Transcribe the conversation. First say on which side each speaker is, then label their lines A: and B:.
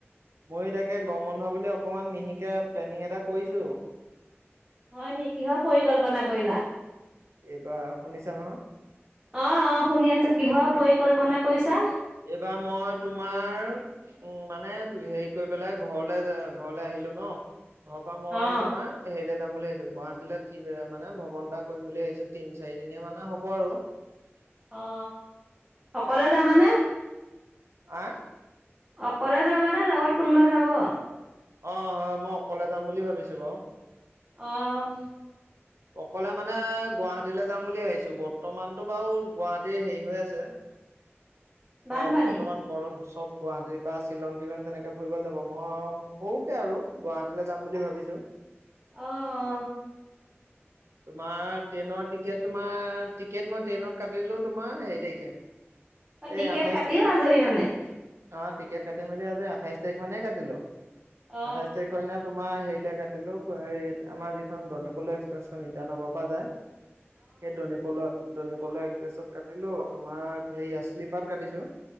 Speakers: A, on the right; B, on the right.
A: মই তাকে গম বন্ধ বুলি অকনমান মহিকে প্লেনিং এটা কৰিছো <unintelligible>
B: হয় নে কিহৰ পৰিকল্পনা কৰিলা
A: এইবাৰ শুনিছা নহয়?
B: অ অ শুনি আছো কিহৰ পৰিকল্পনা কৰিছা
A: এইবাৰ মই তোমাৰ উম মানে হেৰি কৰি পেলাই ঘৰলে ঘৰলে আহিলো ন <unintelligible> ঘৰ পা মই
B: অ
A: তোমাৰ হেৰিলে যাম <unintelligible> ছো গুৱাহাটী মানে ভ্ৰমণ এটা কৰিম বুলি ভাবিছো তিন চাৰি দিনীয়া মানে হ'ব আৰু <unintelligible>
B: অ অকলে যাবানে <unintelligible>
A: আহ
B: অকলে যাবা নে লগৰ কোনোবা যাব
A: অ হয় মই অকলে যাম বুলি ভাবিছো বাৰু
B: আহ
A: অকলে মানে গুৱাহাটীলৈ যাম বুলি ভাবিছো বৰ্তমানতটো বাৰু গুৱাহাটীৰ হেৰি হৈ আছে অ
B: বানপানী
A: বৰ্তমান বৰসূচ চব গুৱাহাটী বা শ্বিলং শ্বিলং কেনেকে ফুৰি গল যাব মই সৰুকে আৰু গুৱাহাটীলৈ যাম বুলি ভাবিছো <unintelligible>
B: আহ
A: তোমাৰ ট্ৰেইনৰ টিকট তোমাৰ টিকেট মই ট্ৰেইনত কাটিলো তোমাৰ হেৰি তাৰিখে <unintelligible>
B: অ
A: এই
B: টিকেট
A: আঠাইছ
B: কাটিও আজৰি মানে
A: অ টিকেট কাটি মেলি আজি আঠাইছ তাৰিখ মানে কাটিলো
B: অ
A: আঠাইছ তাৰিখ <unintelligible> আমাৰ হেৰিলে কাটিলো আমাৰ যিখন দনিকল্লু এক্সপ্ৰেন ইটানগৰ পৰা যায় <unintelligible> সেই ধনে পলৰ ধনী বল এক্প্ৰেছত কাটিলো তোমাৰ সেয় শ্লিপাত কাটিছো